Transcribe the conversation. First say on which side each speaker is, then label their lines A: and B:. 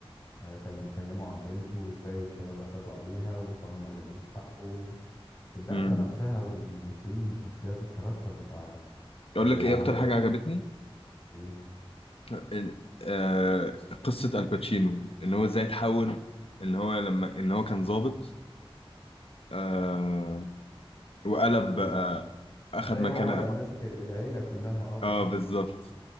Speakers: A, on the left; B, on the left.
A: آه، كان بيكلمه عن بنته وازاي الشباب اعتدوا عليها والقانون ما جابلوش حقه الدخله
B: امم
A: نفسها والممثلين الشخصيات الكاركتر بتاع آه،
B: اقول لك ايه
A: ولاده
B: اكتر حاجه عجبتني
A: ايه
B: ال- آه، قصه الباتشينو ان هو ازاي تحول ان هو لما ان هو كان ضابط آه، وقلب
A: وازاي
B: بقى اخذ
A: إزاي
B: مكانه
A: هو بقى ماسك العيله كلها اه بالظبط
B: اه بالظبط